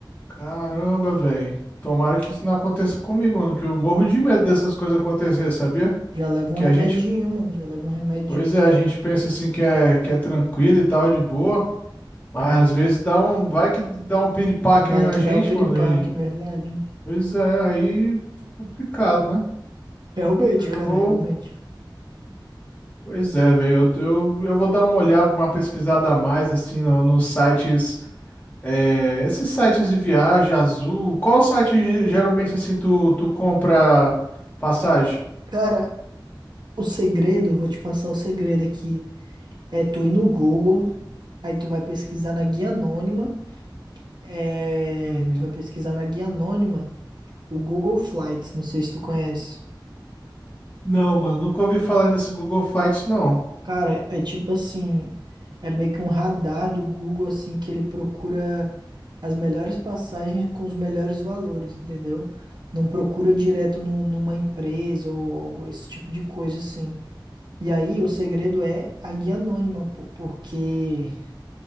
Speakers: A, on the left; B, on the right.
A: Caramba, velho. Tomara que isso não aconteça comigo, mano, que eu morro de medo dessas coisas acontecer, sabia?
B: Já leva um
A: Que
B: remedinho,
A: a gente
B: mano. Já leva um remedinho,
A: Pois
B: assim.
A: é, a gente pensa assim que é, que é tranquilo e tal, de boa, mas
B: Ah,
A: às vezes dá um, vai que dá um piripaque
B: Vai
A: aí na
B: que
A: gente,
B: dá o piripaque,
A: mano, e
B: é verdade.
A: pois é, aí fica complicado, né?
B: Realmente,
A: Eu
B: cara,
A: vou,
B: realmente.
A: pois é, velho, eu, eu, eu vou dar uma olhada, uma pesquisada a mais, assim, no, nos sites, é, esses sites de viagem, Azul, qual site ge- geralmente, assim, tu, tu compra passagem?
B: Cara, O segredo, eu vou te passar o segredo aqui. É tu ir no Google, aí tu vai pesquisar na guia anônima. É,
A: Uhum.
B: tu vai pesquisar na guia anônima o Google Flights, não sei se tu conhece.
A: Não, mano, nunca ouvi falar nesse Google Flights, não.
B: Cara, é tipo assim, é meio que um radar do Google assim que ele procura as melhores passagens com os melhores valores, entendeu? Não procura direto num- numa empresa ou algo- esse tipo de coisa assim. E aí o segredo é a guia anônima, pô, porque